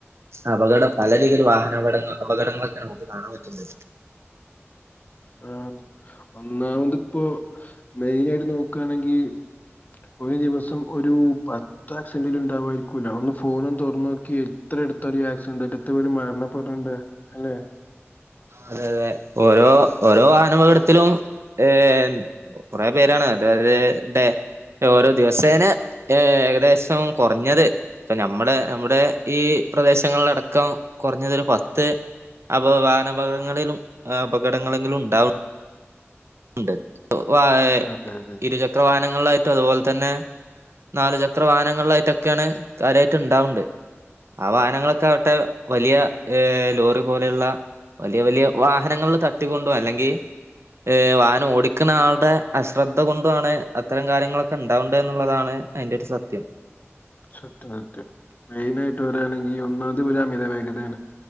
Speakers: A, on the right; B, on the left.
A: അപകടം പല രീതിയിൽ വാഹനാപടങ്ങൾ അപകടങ്ങളൊക്കെ നമുക്ക് കാണാൻ പറ്റ്ണ്ട്
B: ആഹ് ഒന്നാമത്പ്പോ മെയിനായിട്ട് നോക്കാണങ്കീ ഒര് ദിവസം ഒരു പത് ത്താക്സന്റിലുണ്ടവായിര്കുലോ ഒന്ന് ഫോണൊൺ തൊർന്നോക്കി എത്രട്ത്താല് ഈ ആക്സിഡന്റ്ടത്ത് പേര് മര്ണപെട്ണ്ട് അല്ലെ
A: അതെ അതെ ഓരോ ഓരോ വാഹനപകടത്തിലും ഏൻ കുറെ പേരാണ് അതായത് ടെ ഓരോ ദിവസേനെ ഏഹ് ഏകദേശം കൊറഞ്ഞത് ഇപ്പ ഞമ്മളെ നമ്മുടെ ഈ പ്രദേശങ്ങൾലടക്കം കൊറഞ്ഞതൊരു പത്ത് അപോ വാഹനപകങ്ങളിലും അപകടങ്ങളെങ്കിലും ഉണ്ടാവും ണ്ട് വാ ഏഹ്
B: അതെ അതെ
A: ഇരുചക്ര വാഹനങ്ങൾലായ്റ്റും അത്പോൽതന്നെ നാലുചക്ര വാഹനങ്ങൾലായി റ്റൊക്കെണ് കാര്യയിറ്റ്ണ്ടാവ്ണ്ട് ആവാഹനങ്ങളൊക്കെ അവ് ട്ട് വലിയ ഏഹ് ലോറി പോലെയുള്ള വലിയ വലിയ വാഹനങ്ങൾ തട്ടികൊണ്ടോ അല്ലെങ്കി ഏഹ് വാഹനം ഓടിക്ക്ണ ആള്ടെ അശ്രദ്ധ കൊണ്ടു ആണ് അത്തരം കാര്യങ്ങളൊക്കെ ഉണ്ടാവ്ണ്ട് എന്നുള്ളതാണ് ഐൻ്റൊര് സത്യം
B: സത്യം സത്യം മെയിൻ ആയിട്ട് പറയാണെങ്കിൽ ഒന്നാമത് ഇവര് അമിത വേഗതയാണ്